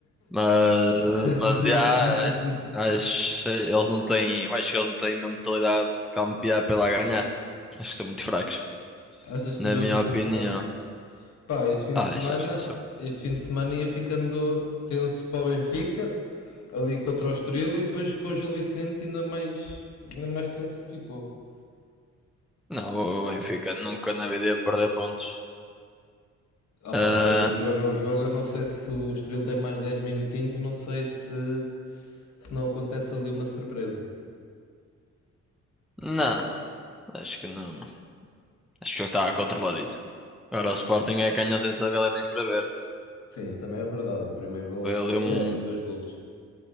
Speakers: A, in the centre; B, on the left.
A: Mas,
B: <laughs>
A: mas
B: Não
A: já,
B: é-
A: acho, eles não têm, acho que eles não têm mentalidade de campear pela ganhar. Acho que são muito fracos,
B: Achas que
A: na
B: os jovens
A: minha opinião.
B: são fracos? Pá, este fim
A: Ah,
B: de semana,
A: acho, acho que eles são.
B: este fim de semana ia ficando tenso para o Benfica, ali contra o Estoril e depois com o Gil Vicente ainda mais, ainda mais tenso ficou.
A: Não, o Benfica nunca na vida ia perder pontos.
B: Ah
A: Ah,
B: pá, pois eu estive a ver o jogo, eu não sei se o Estoril tem mais 10 minutinhos, não sei se, se não acontece ali uma surpresa.
A: não, acho que não. mano. Acho que o jogo estava controladíssimo. Agora o Sporting é que ganhou sem saber ler nem escrever.
B: Sim, isso também é verdade, o primeiro gol,
A: Ele, um,
B: aliás, os
A: o
B: dois golos.